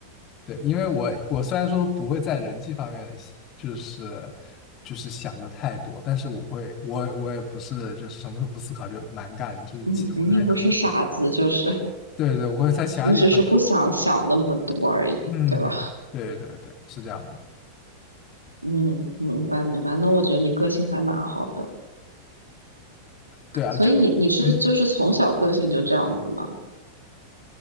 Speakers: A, on the left (about 35°); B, on the right (about 85°).
A: 对，因为我我虽然说不会在人际方面就是就是想的太多，但是我会我我也不是就是什么都不思考就蛮干，就是其实我在很多
B: 嗯，你也不是傻子，就是
A: 对对，我会在其他地方，
B: 你只是不想想那么多而已，
A: 嗯，
B: 对吧？
A: 对对对，是这样的，
B: <laughs> 嗯，明白明白。那我觉得你个性还蛮好的，
A: 对啊，
B: 所以你你是就是从小个性就这样子吗？
A: 就嗯，
B: <laughs>